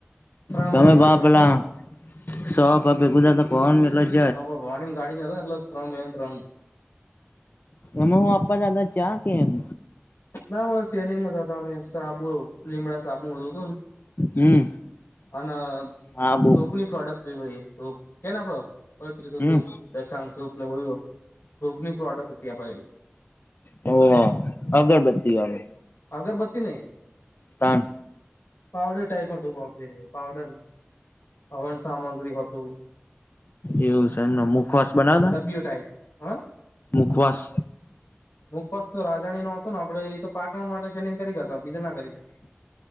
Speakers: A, on the left; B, on the left.
A: ત્રણ
B: તમે
A: મહિને ત્રણ
B: ભ
A: મહિને
B: પેલા સો ભ બેેગુજ તો કોણલો.
A: <unintelligible> એટલે ત્રણ મેને ત્રણ
B: એમાં હું આપા દાદા ચા કે એમ
A: ના સેલિંગ મા આવતા અમે સાબુ લીમડા સાબુ હતોને
B: હમ
A: અન
B: હા બો
A: ધૂપની પ્રોડક્ટ ધૂપ કેને આપડો
B: હમ
A: <unintelligible> ધૂપ દશંગ ધૂપ ને બધ ધૂપની પ્રોડક્ટ હતી <unintelligible>
B: હોવ અગરબત્તી વાલુ
A: અગરબત્તી નહી.
B: તાક.
A: પાવડર ટાઈપ માં તુંકરી પાવડર. હવન સામગ્રી હતું.
B: એવું છે એમને મુખવાસ બનાવતા
A: હ ડબયુ ટાઈમ હ.
B: મુખવાસ.
A: હું ફસ રાજાણી નો હતો ને આપડે એ તો પાટણ માટે સેલિંગ કરી હતો બીજ ના કરી હતી.